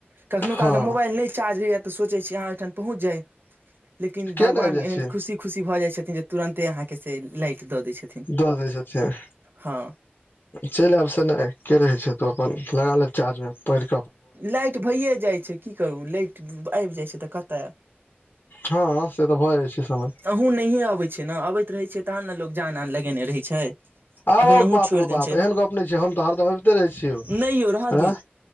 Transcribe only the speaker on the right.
कखुनो कालके
मोबाइल नहि चार्ज रहैया। सोचै छी अहाँ ओठाम पहुंच जाय लेकिन भगवान
एहन
खुशी खुशी भऽ जाय छथिन तुरन्ते अहाँकेँ से लाइट दऽ दैय छथिन
हँ।
लाइट भइए जाइ छै की करू लैइट आबि जाइ छैय तऽ कतय
अहूँ नहिये अबै छी न अबैत रहै छै, तहन ने लोक जान आन लगेने रहै छै।
अखन अहूँ
छोड़ि
देने छै
नहि यौ रहऽ दियौ